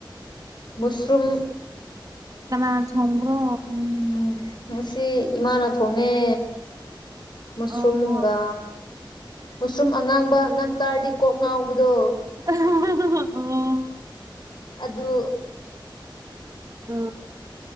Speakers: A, on the left (about 60°); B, on the right (about 40°).
A: ꯃꯨꯁ꯭ꯔꯨꯝ
B: ꯀꯅꯥꯅ ꯊꯣꯡꯕꯔꯣ
A: ꯎꯝ ꯉꯁꯤ ꯏꯃꯥꯅ ꯊꯣꯡꯉꯦ ꯃꯁꯔꯨꯝꯒ
B: ꯑꯣ
A: ꯃꯨꯁꯔꯨꯝ ꯑꯉꯥꯡꯕ ꯅꯪꯆꯥꯔꯗꯤ ꯀꯣꯛ ꯉꯥꯎꯕꯗꯣ
B: ꯑꯣ ꯑꯣ
A: ꯑꯗꯨ
B: ꯎ